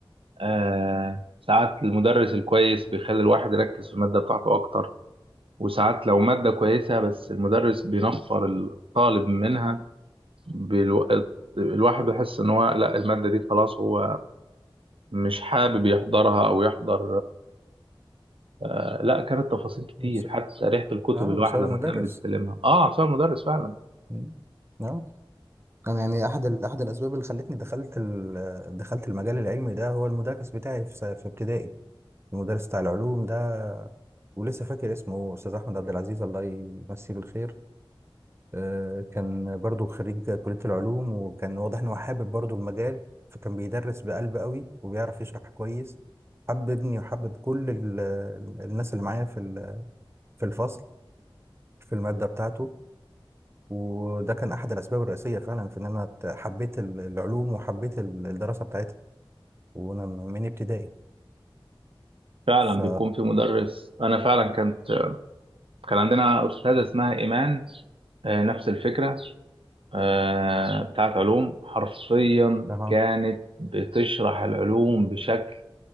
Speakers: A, on the right (about 75°); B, on the right (about 30°).
A: آه ساعات المدرس الكويس بيخلي الواحد يركز في المادة بتاعته أكتر وساعات لو مادة كويسة بس المدرس بينفر الطالب منها بالو... الواحد بيحس ان هو لا المادة دي خلاص هو مش حابب يحضرها او يحضر آه، لا كانت تفاصيل كتير
B: بس-
A: حتى ريحة الكتب
B: اه
A: الواحد
B: بسبب
A: لما
B: المدرس
A: كان بيستلمها اه بسبب المدرس فعلا
B: مم. اه انا يعني احد ال- احد الاسباب اللي خلتني دخلت ال- دخلت المجال العلمي ده هو المدرس بتاعي في س- في ابتدائي المدرس بتاع العلوم ده ولسه فاكر اسمه استاذ احمد عبد العزيز الله يمسيه بالخير آه، كان برضو خريج كلية العلوم وكان واضح إن هو حابب برضو المجال فكان بيدرس بقلب قوي وبيعرف يشرح كويس حببني وحبب كل ال- ال- الناس اللي معايا في ال- في الفصل في المادة بتاعته وده كان أحد الأسباب الرئيسية فعلا في إن أنا ت- حبيت ال- العلوم وحبيت ال- الدراسة بتاعتها وأنا من ابتدائي
A: فعلا
B: ف
A: بيكون في مدرس انا فعلا كانت كان عندنا استاذة اسمها ايمان آه، نفس الفكرة آه، بتاعت علوم حرفيا
B: أها
A: كانت بتشرح العلوم بشكل